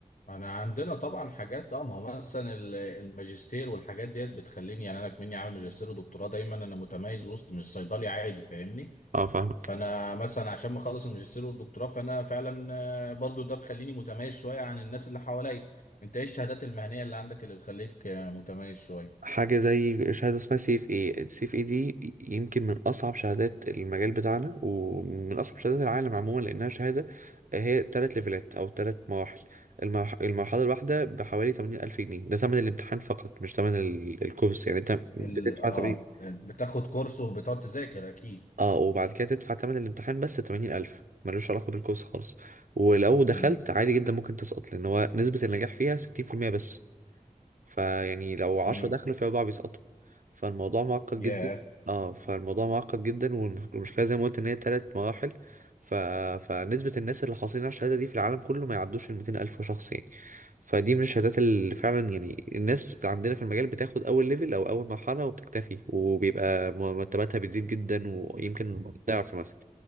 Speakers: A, on the left; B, on the right.
A: انا عندنا طبعا حاجات اه ما هو مثلا ال- الماجستير والحاجات ديت بتخليني يعني انا كمني عامل ماجستير ودكتوراه دايما انا متميز وسط مش صيدلي عادي فاهمني
B: اه فاهم
A: فانا مثلا عشان ما اخلص الماجستير والدكتوراه فانا فعلا آه، برضو ده بخليني متميز شويه عن الناس اللي حواليا انت ايه الشهادات المهنيه اللي عندك اللي بتخليك آه، متميز شويه
B: حاجة زي شهادة اسمها سي اف اي سي اف اي دي يمكن من أصعب شهادات المجال بتاعنا ومن أصعب شهادات العالم عموما لأنها شهادة هي تلات ليفلات أو تلات مراحل المرح- المرحلة الواحدة بحوالي 80,000 ألف جنيه ده ثمن الامتحان فقط مش ثمن ال- الكورس يعني أنت بتدفع
A: ال اه
B: تمانين
A: بتاخد كورس وبتقعد تذاكر اكيد
B: اه وبعد كده تدفع ثمن الامتحان بس 80,000 ألف ملوش علاقة بالكورس خالص ولو دخلت
A: امم
B: عادي جدا ممكن تسقط لأن هو نسبة النجاح فيها 60% بس فيعني لو عشرة
A: امم
B: دخلوا في أربعة بيسقطوا فالموضوع معقد
A: ياه
B: جدا اه فالموضوع معقد جدا والمشكلة زي ما قلت إن هي تلات مراحل ف... فنسبة الناس اللي حاصلين على الشهادة دي في العالم كله ما يعدوش الميتين ألف شخص يعني فدي من الشهادات اللي فعلا يعني الناس عندنا في المجال بتاخد أول ليفل أو أول مرحلة وبتكتفي وبيبقى مرتباتها بتزيد جدا ويمكن ضعف مثلا